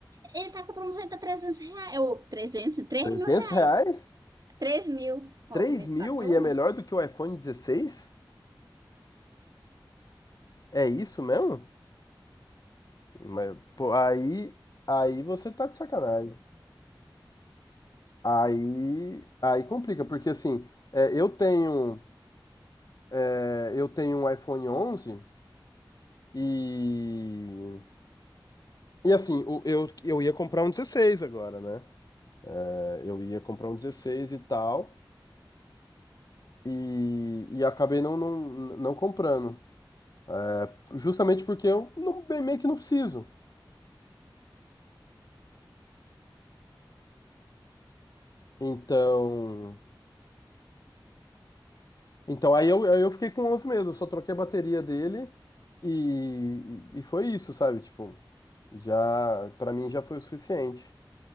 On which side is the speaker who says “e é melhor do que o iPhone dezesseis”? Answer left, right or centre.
Left